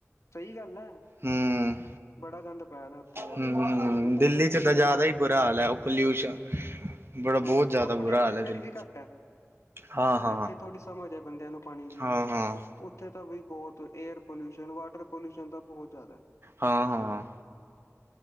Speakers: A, on the left; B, on the right.
A: ਸਹੀ ਗੱਲ ਹੈ
B: ਹੂੰ
A: ਬੜਾ ਗੰਦ ਪੈਦਾ ਉੱਥੇ ਯਾਰ,
B: ਹੂੰ ਹੂੰ
A: ਇੰਪੋਰਟੈਂਸ
B: ਦਿੱਲੀ 'ਚ
A: ਹੀਨੀ
B: ਤਾਂ ਜ਼ਿਆਦਾ
A: ਆ ਪਾਣੀ
B: ਹੀ
A: ਦੀ
B: ਬੁਰਾ ਹਾਲ ਹੈ ਉਹ ਪੋਲਿਊਸ਼ਨ ਬੜਾ ਬਹੁਤ
A: ਹਾਂ
B: ਜ਼ਿਆਦਾ
A: ਆਪਣੇ
B: ਬੁਰਾ
A: ਇੱਥੇ
B: ਹਾਲ ਹੈ
A: ਫਿਰ
B: ਦਿੱਲੀ
A: ਵੀ ਘੱਟ ਹੈ
B: ਹਾਂ ਹਾਂ
A: ਇੱਥੇ ਥੋੜ੍ਹੀ ਸਮਝ ਹੈ। ਬੰਦਿਆਂ ਨੂੰ ਪਾਣੀ ਦੀ
B: ਹਾਂ ਹਾਂ
A: ਉੱਥੇ ਤਾਂ ਵੀ ਬਹੁਤ ਏਅਰ ਪੋਲਿਊਸ਼ਨ ਵਾਟਰ ਪੋਲਿਊਸ਼ਨ ਤਾਂ ਬਹੁਤ ਜ਼ਿਆਦਾ
B: ਹਾਂ ਹਾਂ